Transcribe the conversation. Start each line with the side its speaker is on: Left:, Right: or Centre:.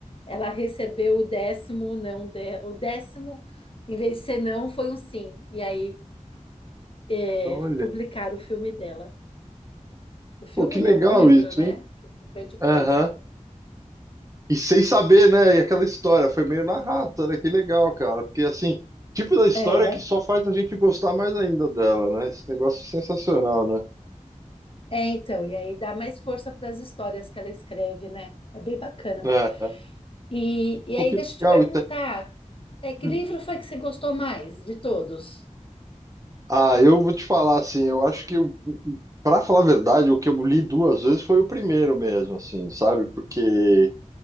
Left: ela recebeu o décimo não, de, o décimo, em vez de ser não, foi um sim. E aí, é,
Right: olha.
Left: publicaram o filme dela. O filme
Right: Pô, que
Left: não,
Right: legal
Left: o livro,
Right: isso,
Left: né?
Right: hein?
Left: Que eu depois.
Right: Aham. E sem saber, né? E aquela história, foi meio na rata, né? Que legal, cara. Porque, assim, tipo da história
Left: É,
Right: que só faz a gente gostar mais ainda dela, né? Esse negócio é sensacional, né?
Left: é então, e aí dá mais força para as histórias que ela escreve, né? É bem bacana.
Right: É.
Left: E, e
Right: Pô,
Left: aí,
Right: que
Left: deixa eu te
Right: legal
Left: perguntar,
Right: isso.
Left: é, que
Right: Hum.
Left: livro foi que você gostou mais de todos?
Right: Ah, eu vou te falar, assim, eu acho que, eu, pra falar a verdade, o que eu li duas vezes foi o primeiro mesmo, assim, sabe? Porque.